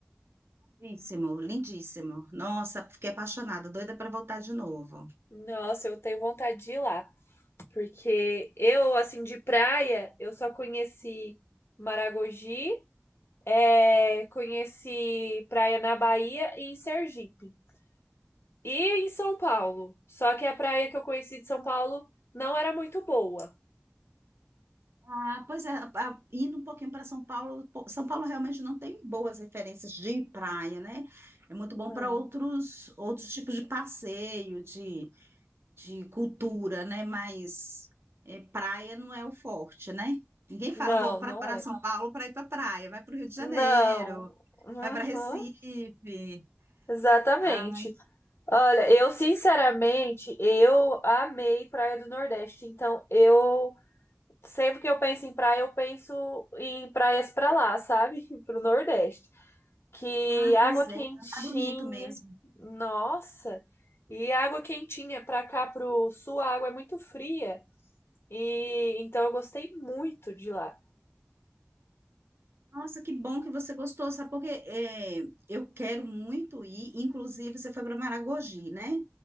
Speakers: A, on the right; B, on the left.
A: Lindíssimo, lindíssimo. Nossa, fiquei apaixonada, doida para voltar de novo.
B: Nossa, eu tenho vontade de ir lá, porque eu, assim, de praia, eu só conheci Maragogi, é, conheci praia na Bahia e em Sergipe. E em São Paulo. Só que a praia que eu conheci de São Paulo não era muito boa.
A: Ah, pois é, a- indo um pouquinho para São Paulo, pô, São Paulo realmente não tem boas referências de praia, né? É muito
B: Não,
A: bom para outros outros tipos de passeio, de de cultura, né? Mas é, praia não é o forte, né? Ninguém fala,
B: não,
A: vou para
B: não
A: para
B: é.
A: São Paulo para ir para praia, vai para o Rio de Janeiro,
B: Não. Uhum,
A: vai para Recife.
B: exatamente.
A: Ai,
B: Olha, eu sinceramente, eu amei Praia do Nordeste. Então, eu sempre que eu penso em praia, eu penso em praias pra lá, sabe? <laughs> Pro Nordeste. Que
A: ah,
B: água
A: pois
B: quentinha.
A: é, tá bonito mesmo.
B: Nossa. E água quentinha pra cá pro sul, a água é muito fria. E então eu gostei muito de lá.
A: Nossa, que bom que você gostou, sabe? Porque é, eu quero muito ir, inclusive você foi para Maragogi, né?